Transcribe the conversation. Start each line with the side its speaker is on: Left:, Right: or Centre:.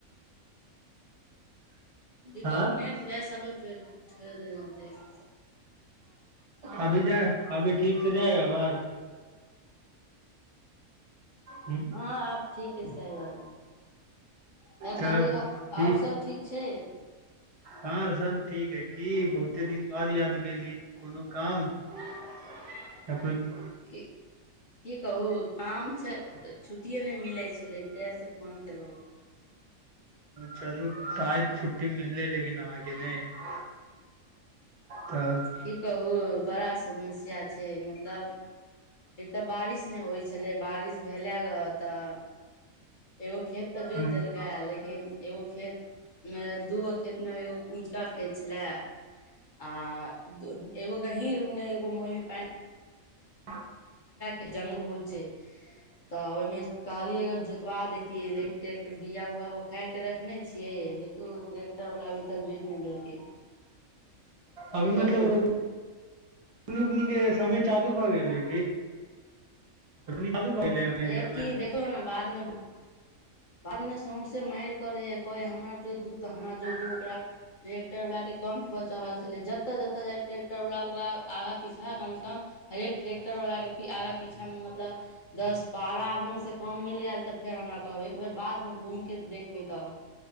Left: कि
Right: हँ
Left: कहू नेट जाइल छोड़ि देत।
Right: अभी जाए अभी ठीक से जाए आवाज। हूँ
Left: हँ हँ आब ठीक सँ ऐब रहल यऽ तऽ
Right: तब
Left: कहली आओर
Right: की
Left: सब ठीक छै।
Right: हँ सब ठीक है की बहुते दिन बाद याद कयली कोनो काम। <unintelligible>
Left: कि की कहू काम छै छुट्टिए नहि मिलै छलै तैहि से फोन कयलहुँ।
Right: चलू टााय छुट्टी मिललै लेकिन आगे नहि। तऽ
Left: की कहू बड़ा समस्या छै मतलब। एक तऽ बारिश नय होइ छलै बारिश भेलै ग तऽ एगो खेत तऽ जोति
Right: हूँ
Left: देलकै लेकिन एगो खेत मे दूगो खेत अपना एगो उऊचका खेत छलै आ एगो गहीरने एगोहि में पे
Right: <inaudible> <inaudible> <inaudible>
Left: खेत जंगल बहुत छै तऽ ओहिमे कहलियै ग जोतवा देैतियै लेकिन ट्रैक्टर बिया उआ उखाड़ि के रखने छियै देखियौ ट्रैक्टर वाला अभी तक जोइत नहि देलकै की
Right: अभी मतलब
Left: कहू
Right: रोप <inaudible> उ के समय चालू भए गेलेै की चालू भए
Left: हे की
Right: <inaudible>
Left: देखियौ ने बाद मे
Right: <inaudible>
Left: बादमे सौँसे माइर करै हइ कहै हइ हमरा जोइ दू तऽ हमरा
Right: हम्म
Left: जोइ दू ओकरा ट्रेकक्टर वालला के काणट परर चढ़ल छलै जतऽ जतऽ जाइ ट्रैेक्टर वालला ओकरा आगाँ पीछा कमसँ कम हरेक ट्रेक्टर वालला के आगा पीछा मे मतलब दस बारह आदमी से कम मिल गेलयल तऽ फेर हमरा कहबे एकबर बाधमे घुमिके देखबै तब